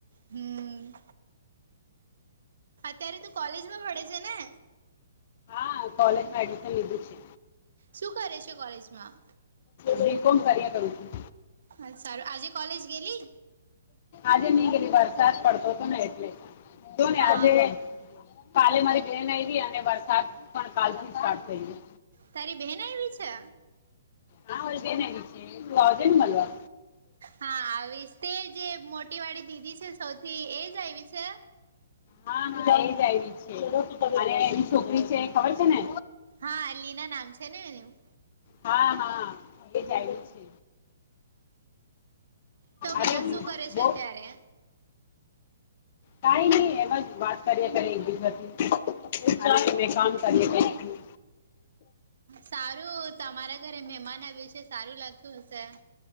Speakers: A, on the right; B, on the left.
A: હમ અત્યારે તું કોલેજમાં ભણે છે ને?
B: હા કોલેજમાં એડમિશન લીધું છે.
A: શું કરે છે કોલેજમાં
B: બી કોમ કાર્ય કરું છું.
A: હા સારું આજે કોલેજ ગેલી
B: આજે નઈ ગએલી વરસાદ પડતો તો ને એટલે જો ને
A: હા
B: આજે કાલે મારિ બેન ને અને વરસાદ પણ કાલ નો સ્ટાર્ટ થઇ ગયો.
A: તારી બહેન આવી છે.
B: હા મારી બેન આવી છે આવજે ને મળવા
A: હા આવીશ તે જે મોટી વાડી દીદી છે સૌથી એજ આયવી છે.
B: હા હા એઈ જ આવી છે. અને એની છોકરી છે ખબર છે ને
A: હા લીના નામ છે ને એનું
B: હા હા એ જાય છે.
A: તો બધા
B: અરે
A: શું કરે છે
B: બો
A: અત્યારે
B: કઈ નહી એમજ વાત કરીઆ કરે એકબીજાથી મે કામ કરીએ કઈ
A: સારું તમારા ઘરે મહેમાન આ વિશે સારું લાગતું હશે.